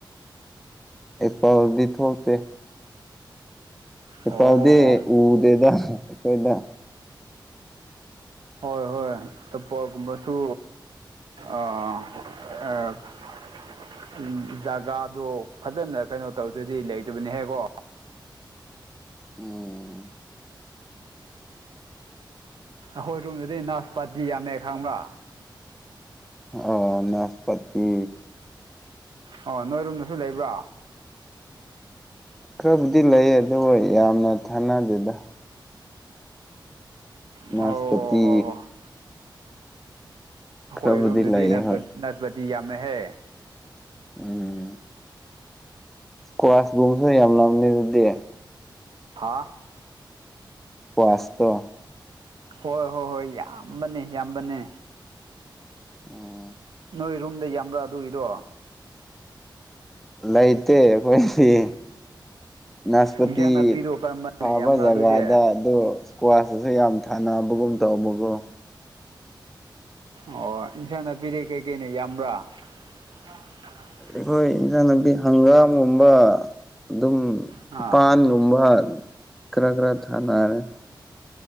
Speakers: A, in the centre; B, on the right (about 65°).
A: ꯑꯩ ꯄꯥꯎꯗꯤ ꯊꯣꯛꯇꯦ ꯏꯐꯥꯜꯗꯤ
B: ꯑꯣ ꯑꯣ
A: ꯎꯗꯦꯗ ꯑꯩꯈꯣꯏꯗ
B: ꯍꯣꯏ ꯍꯣꯏ ꯑꯄꯣꯒꯨꯝꯕꯁꯨ ꯑ <unintelligible> ꯎꯝ ꯖꯒꯥꯗꯣ ꯐꯖꯅ ꯀꯩꯅꯣ ꯇꯧꯗꯣꯏꯗꯤ ꯂꯩꯇꯕꯅꯦꯍꯦꯛꯀꯣ
A: ꯎꯝ
B: ꯑꯩꯈꯣꯏ ꯔꯨꯝꯗꯗꯤ ꯅꯥꯁ ꯄꯥꯇꯤ ꯌꯥꯝꯃꯦ ꯈꯪꯕ꯭ꯔꯥ
A: ꯑꯣ ꯅꯥꯆ ꯄꯇꯤ
B: ꯑꯣ ꯅꯣꯏꯔꯨꯝꯗꯁꯨ ꯂꯩꯕ꯭ꯔꯥ
A: ꯈꯔꯕꯨꯗꯤ ꯂꯩ ꯑꯗꯨ ꯌꯥꯝꯅ ꯊꯥꯅꯗꯦꯗ ꯅꯥꯁꯄꯇꯤ
B: ꯑꯣ ꯍꯣ ꯍꯣꯐꯕ ꯑꯩꯈꯣꯏ
A: ꯈꯔꯕꯨꯗꯤ
B: ꯔꯨꯝꯗꯗꯤ
A: ꯂꯩꯌꯦ
B: ꯅꯥꯁꯄꯟ
A: ꯍꯣꯏ
B: ꯅꯥꯁꯄꯇꯤ ꯌꯥꯝꯃꯦꯍꯦ
A: ꯎꯝ ꯀ꯭ꯋꯥꯁꯀꯨꯝꯕꯁꯨ ꯌꯥꯝ ꯂꯝꯅꯤ ꯑꯗꯨꯗꯤ
B: ꯍꯥꯥ
A: ꯀꯋꯥꯁꯇꯣ
B: ꯍꯣꯏ ꯍꯣꯏ ꯍꯣꯏ ꯌꯥꯝꯕꯅꯦ ꯌꯥꯝꯕꯅꯦ
A: ꯎꯝ
B: ꯅꯣꯏ ꯔꯨꯝꯗ ꯌꯥꯝꯕ꯭ꯔꯥ ꯑꯗꯨꯒꯤꯗꯣ
A: ꯂꯩꯇꯦ ꯑꯩꯈꯣꯏꯗꯤ ꯅꯥꯁꯄꯇꯤ
B: ꯏꯟꯁꯥꯡ ꯅꯥꯄꯤꯗꯣ ꯀꯔꯝꯕꯅ
A: ꯊꯥꯕ
B: ꯌꯥꯝꯕ꯭ꯔꯥ
A: ꯖꯒꯥꯗ‌
B: ꯑꯗꯨꯗꯤ
A: ꯑꯗꯣ ꯏꯁꯀ꯭ꯋꯥꯁꯇꯁꯨ ꯌꯥꯝ ꯊꯥꯅꯕꯒꯨꯝ ꯇꯧꯕꯀꯣ
B: ꯑꯣ ꯏꯟꯁꯥꯡ ꯅꯥꯄꯤꯗꯤ ꯀꯩꯀꯩꯅ ꯌꯥꯝꯕ꯭ꯔꯥ <unintelligible>
A: ꯑꯩꯈꯣꯏ ꯏꯟꯁꯥꯡ ꯅꯥꯄꯤ ꯍꯪꯒꯥꯝꯒꯨꯝꯕ ꯗꯨꯝ
B: ꯑꯥ
A: ꯄꯥꯟꯒꯨꯝꯕ ꯈꯔ ꯈꯔ ꯊꯥꯅꯔꯦ